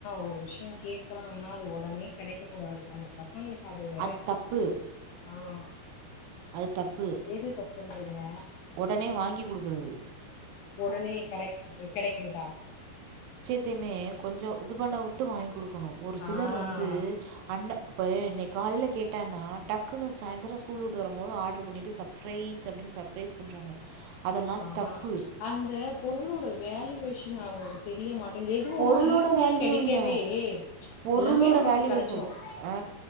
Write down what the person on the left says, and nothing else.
ஒரு விஷயம் கேக்றாங்க அது உடனே கிடைக்க கூடாது அந்த பசங்களுக்கு அதோட
ஆஹ்
எது தப்புண்றீங்க
உடனே கெடை கெடைக்கிறதா
ஆ
ஆஹஹா
அந்த பொருளோட வேலுவேஷன் அவங்களுக்கு தெரிய மாட் எதுவும்
ஈஸியா
கெடைக்கவே
ம்ச்
எல்லாமே நமக்கு
கெடைச்ரும்